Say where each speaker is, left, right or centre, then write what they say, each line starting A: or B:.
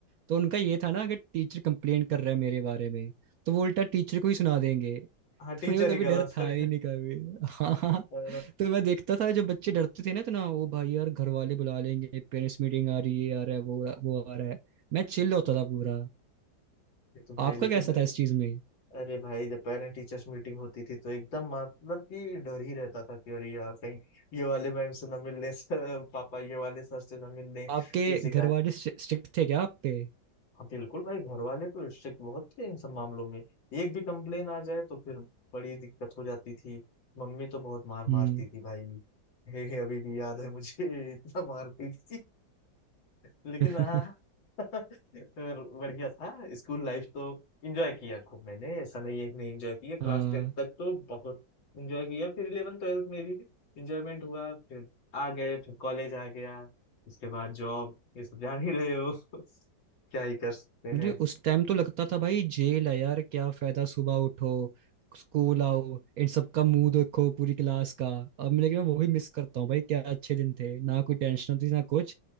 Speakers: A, on the right; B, on the left.
A: तो उनका ये था ना अगर टीचर कंप्लेन कर रहा है मेरे बारे में तो वो उल्टा टीचर को ही सुना देंगे
B: हाँ टीचर
A: तो मेरे को
B: ही
A: कभी
B: गलत
A: डर था
B: है
A: ही नहीं कभी <laughs> हाँ हाँ
B: अ,
A: तो मैं देखता था जो बच्चे डरते थे ना तो ना वो भाई यार घर वाले बुला लेंगे पेरेंट्स मीटिंग आ रही है आ रहा है वो वो आ रहा है मैं चिल्ल होता था पूरा
B: ये तो भाई
A: आपका
B: लेकिन
A: कैसा था इस चीज में
B: अरे भाई जब पेरेंट टीचर्स मीटिंग होती थी तो एकदम मतलब कि डर ही रहता था कि अरे यार कहीं ये वाले मैम से ना मिलने से पापा ये वाले सर से ना मिलने ये
A: आपके
B: शिकायत
A: घर वाले स्ट्रिक्ट थे क्या आप पे
B: हाँ बिल्कुल भाई घर वाले तो स्ट्रिक्ट बहुत थे इन सब मामलों में एक भी कंप्लेन आ जाए तो फिर बड़ी दिक्कत हो जाती थी मम्मी तो बहुत मार
A: हम्म
B: मारती थी भाई <laughs> हे हे, अभी भी याद है मुझे इतना मारती थी लेकिन
A: <laughs>
B: हाँ <laughs> और बढ़िया था स्कूल लाइफ तो एंजॉय किया खूब मैंने ऐसा नहीं है कि नहीं एंजॉय किया क्लास
A: हाँ
B: टेंथ तक तो बहुत एंजॉय किया फिर इलेवन ट्वेल्थ में भी एंजॉयमेंट हुआ फिर आ गए फिर कॉलेज आ गया उसके बाद जॉब ये सब जान ही रहे हो <laughs> क्या ही कर सकते
A: मुझे उस टाइम तो लगता था भाई जेल है यार क्या फायदा सुबह उठो स्कूल आओ इन सब का मुंह देखो पूरी क्लास का अब मैं- लेकिन मैं वही मिस करता हूँ भाई क्या अच्छे दिन थे ना कोई टेंशन होती ना कुछ